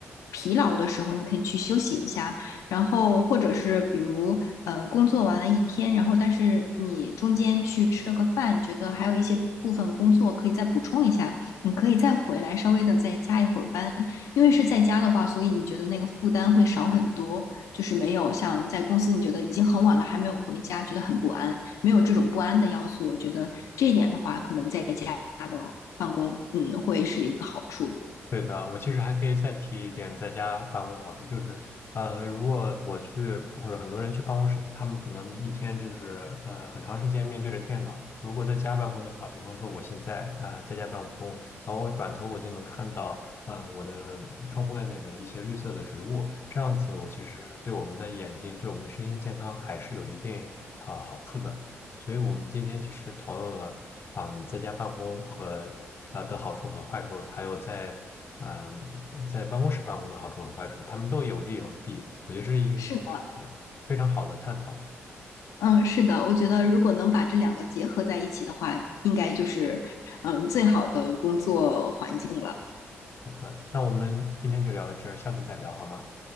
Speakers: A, on the left; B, on the left.
A: 疲劳的时候，你可以去休息一下。然后或者是比如呃工作完了一天，然后但是你中间去吃了个饭，觉得还有一些部分工作可以再补充一下，你可以再回来稍微的再加一会儿班，因为是在家的话，所以你觉得那个负担会少很多，就是没有像在公司你觉得已经很晚了还没有回家，觉得很不安，没有这种不安的要素，我觉得这一点的话，可能在家的办公，嗯，会是一个好处。
B: 对的，我其实还可以再提一点在家办公的好处，就是，呃，如果我去或者很多人去办公室，他们可能一天就是呃很长时间面对着电脑。如果在家办公的话，比方说我现在呃在家办公，然后我转头我就能看到嗯、呃我的窗户外面的一些绿色的植物，这样子我其实对我们的眼睛、对我们的身心健康还是有一定啊、呃好处的。所以我们今天其实讨论了。嗯，在家办公和啊、呃的好处和坏处，还有在嗯，在办公室办公的好处和坏处，他们都有利有弊，我觉得这是一个一个非常好的探讨。
A: 是的嗯，是的，我觉得如果能把这两个结合在一起的话，应该就是嗯最好的工作环境了。
B: 好的那我们今天就聊到这儿，下次再聊好吗？